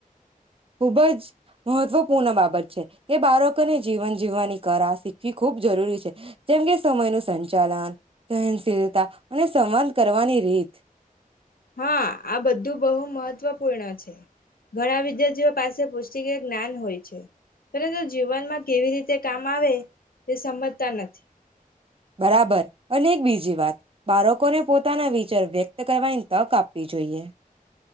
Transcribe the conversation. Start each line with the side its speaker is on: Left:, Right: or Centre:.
Right: ખુબ જ મહત્વપૂર્ણ બાબત છે. કે બાળકોને જીવન જીવવાની કળા શીખવી ખૂબ જરૂરી છે, જેમકે સમયનું સંચાલન, સહનશીલતા અને સંવાદ કરવાની રીત.
Left: હા, આ બધું બહુ મહત્વપૂર્ણ છે ઘણા વિદ્યાર્થીઓ પાસે પુસ્તકીય જ્ઞાન હોય છે, પરંતુ જીવનમાં કેવી રીતે કામ આવે એ સમજતા નથી.
Right: બરાબર અને એક બીજી વાત બાળકોને પોતાના વિચાર વ્યક્ત કરવાની તક આપવી જોઈએ.